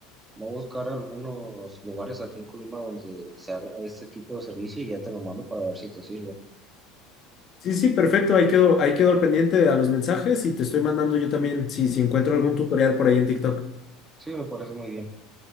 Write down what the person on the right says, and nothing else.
voy a buscar algunos lugares aquí en Colima donde se haga este tipo de servicio y ya te lo mando para ver si te sirve.
Sí, me parece muy bien.